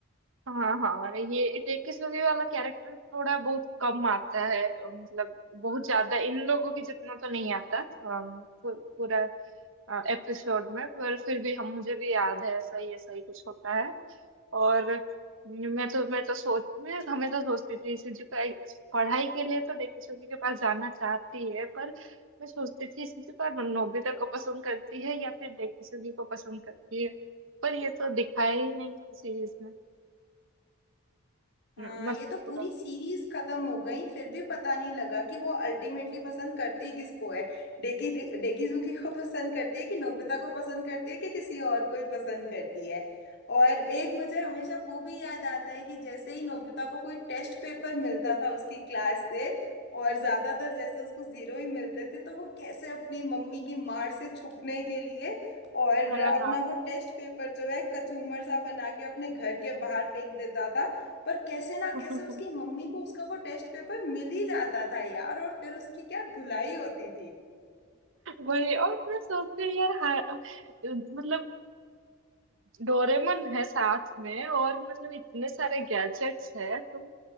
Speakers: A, on the right; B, on the left.
A: हाँ हाँ ये टेकिसुगी वाला कैरेक्टर थोड़ा बहुत कम आता है मतलब बहुत ज्यादा इन लोगों की जितना तो नहीं आता अम, पू- पूरा एपिसोड में पर फिर भी हम मुझे भी याद है ऐसा ही ऐसा ही कुछ होता है और मैं तो मैं तो सोच मैं हमेशा सोचती थी सीजू का पढ़ाई के लिए तो डेकिसुगी के पास जाना चाहती है पर मैं सोचती थी सीजू का नोबिता को पसंद करती है या फिर डेकिसुगी को पसंद करती है पर ये तो दिखाया ही नहीं है सीरीज में
B: हाँ
A: मतलब
B: ये तो
A: पूरा
B: पूरी सीरीज खत्म हो गई फिर भी पता नहीं लगा कि वो अल्टीमेटली पसंद करती किसको है डेकी डेकीजुकी को पसंद करती है कि नोबिता को पसंद करती है कि किसी और को ही पसंद करती है और एक मुझे हमेशा वो भी याद आता है कि जैसे ही नोबिता को कोई टेस्ट पेपर मिलता था उसकी क्लास से और ज्यादातर जैसे उसको जीरो ही मिलते थे तो वो कैसे अपनी मम्मी की मार से छुपने के लिए और
A: हाँ
B: अपना
A: हाँ
B: वो टेस्ट पेपर जो है कचूमर सा बना के अपने घर के बाहर फेंक देता था पर कैसे ना
A: <laughs>
B: कैसे उसकी मम्मी को उसका वो टेस्ट पेपर मिल ही जाता था यार और फिर उसकी क्या धुलाई होती थी
A: वही और मैं सोचती हूँ यार हाँ, मतलब डोरेमन है साथ में और मतलब इतने सारे गैजेट्स है तुम